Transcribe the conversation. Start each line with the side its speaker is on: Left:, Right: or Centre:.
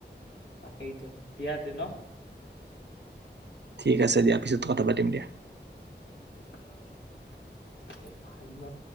Left: তাকেইতো দিয়াতে ন।
Right: ঠিক আছে দিয়া পিছত কথা পাতিম দিয়া।
Left: <inaudible>